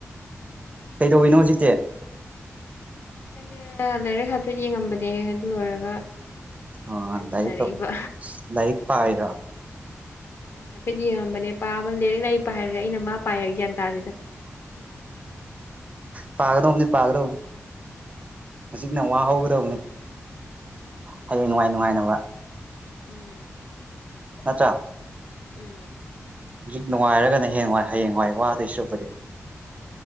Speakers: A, on the right (about 30°); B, on the left (about 60°).
A: ꯀꯩꯗꯧꯋꯤꯅꯣ ꯍꯧꯖꯤꯛꯇꯤ
B: ꯑꯩꯖꯦ ꯂꯥꯏꯔꯤꯛ ꯍꯥꯏꯐꯦꯠ ꯌꯦꯡꯉꯝꯕꯅꯦ ꯑꯗꯨ ꯂꯣꯏꯔꯒ
A: ꯑ
B: ꯋꯥꯔꯤ
A: ꯂꯥꯏꯔꯤꯛ
B: ꯁꯥꯟꯅꯔꯛꯏꯕ
A: ꯇꯧ ꯂꯥꯏꯔꯤꯛ ꯄꯥꯏꯔꯣ
B: ꯎꯝ ꯍꯥꯏꯐꯦꯠ ꯌꯦꯡꯉꯝꯕꯅꯦ ꯄꯥꯕ ꯂꯩꯔꯤꯛꯅ ꯑꯩ ꯄꯥꯏꯔ ꯑꯩꯅ ꯃꯥ ꯄꯥꯏꯔ ꯒ꯭ꯌꯥꯟ ꯇꯥꯗꯦꯗ
A: ꯄꯥꯒꯗꯧꯅꯦ ꯄꯥꯒꯗꯧꯅꯦ ꯍꯧꯖꯤꯛꯅ ꯋꯥꯍꯧꯒꯗꯧꯅꯤ ꯍꯌꯦꯡ ꯅꯨꯡꯉꯥꯏ ꯅꯨꯡꯉꯥꯏꯅꯕ
B: ꯎꯝ
A: ꯅꯠꯇ꯭ꯔꯥ
B: ꯎꯝ
A: ꯍꯧꯖꯤꯛ ꯅꯨꯡꯉꯥꯏꯔꯒꯅ ꯍꯦꯡꯋꯥꯏ ꯍꯌꯦꯡꯋꯥꯏ ꯋꯥꯗꯣꯏ ꯁ꯭ꯔꯨꯛꯄꯨꯗꯤ